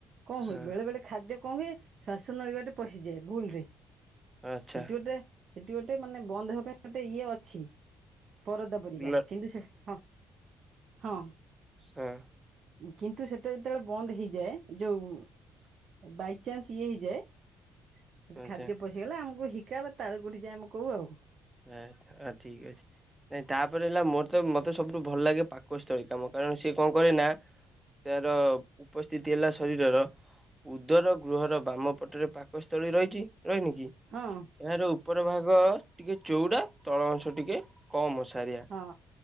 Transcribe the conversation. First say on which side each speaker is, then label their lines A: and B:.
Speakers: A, on the right; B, on the right.
A: କଣ
B: ହଁ
A: ହୁଏ ବେଳେ ବଳେ ଖାଦ୍ୟ କଣ ହୁଏ ଶ୍ୱାସ ନରିବା ଟେ ପଶିଯାଏ ଭୁଲ ରେ
B: ଆଚ୍ଛା।
A: ସେଇତ ଏଟ ସେଠି ଗୋଟେ ମାନେ ବନ୍ଦ ହେବା ପାଇଁ ଗୋଟେ ଇଏ ଅଛି, ପରଦା ପରିକା
B: ଗ୍ଲ
A: କିନ୍ତୁ ସେ ହଁ ହଁ
B: ହେଁ
A: କିନ୍ତୁ ସେଟା ଯେତେବେଳେ ବନ୍ଦ ହେଇଯାଏ। ଯୋଉ ବାଇଚନ୍ସ ଇଏ ହେଇଯାଏ ସେଠି
B: ଆଚ୍ଛା
A: ଖାଦ୍ୟ ପଶିଗଲା ଆମକୁ ହିକା ବା ତାଳୁକୁ ଉଠି ଯାଏ ଆମକୁ କୁ ଆଉ
B: ଆଚ୍ଛା ଠିକ୍ ଅଛି। ନାଇଁ ତାପରେ ହେଲା ମୋର ତ ମୋତେ ସବୁଠୁ ଭଲ ଲାଗେ ପାକସ୍ଥଳୀ କାମ କାରଣ ସିଏ କଣ କରେ ନା ତାର ଉପସ୍ଥିତି ହେଲା ଶରୀରର ଉଦର ଗୃହର ବାମ ପଟରେ ପାକସ୍ଥଳୀ ରହିଛି। ରହିନି କି
A: ହଁ
B: ଏହାର ଉପର ଭାଗ ବର୍ ଟିକେ ଚଉଡ଼ା ତଳ ଅଂଶ ଟିକେ କମ୍ ଅଂଶ ଓସାରିଆ
A: ହଁ